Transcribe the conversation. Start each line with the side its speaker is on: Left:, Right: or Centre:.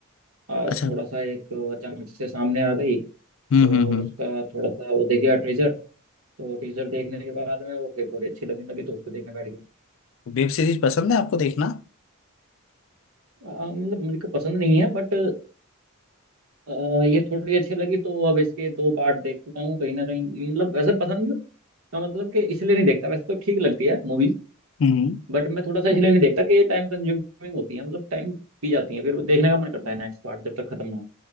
Right: आज
Left: अच्छा
Right: थोड़ा सा एक अचानक से सामने आ गई
Left: हम्म हम्म
Right: और
Left: हम्म
Right: उसका थोड़ा सा वो देख गया टीजर तो टीजर देखने के बाद में वो फिर थोड़ी अच्छी लगने लगी तो उसको देखने बैठ गया
Left: वेब सीरीज पसंद है आपको देखना
Right: आ, मतलब मुझे को पसंद नहीं है बट अ, ये थोड़ी अच्छी लगी तो अब इसके दो पार्ट देख चुका हूँ कहीं ना कहीं मतलब वैसे पसंद का मतलब कि इसलिए नहीं देखता वैसे तो ठीक लगती है मूवीज
Left: हम्म
Right: बट मैं थोड़ा सा इसलिए नहीं देखता कि ये टाइम कंज्यूमिंग होती है मतलब टाइम पी जाती है फिर वो देखने का मन करता है नेक्स्ट पार्ट जब तक खत्म ना हो